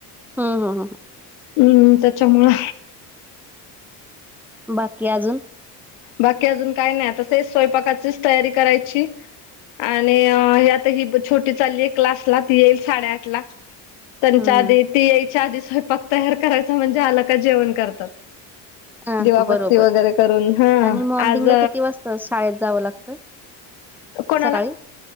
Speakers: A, in the centre; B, on the left.
A: हं, हं, हं.
B: हं त्याच्यामुळं
A: बाकी अजून?
B: बाकी अजून काय नाही, आता तेच स्वयंपाकाचीच तयारी करायची. आणि आता ही छोटी चाललीयं क्लासला ती येईल साडेआठ ला, तेच्या
A: हम्म
B: आधी ती यायच्या आधी स्वयंपाक तयार करायचा म्हणजे आलं का जेवण करतात.
A: हा
B: दिवा
A: बरोबर
B: बत्ती वगैरे करून. हा
A: आणि मॉर्निंगला
B: आज
A: किती वाजता शाळेत जावं लागतं
B: कोणाला
A: सकाळी?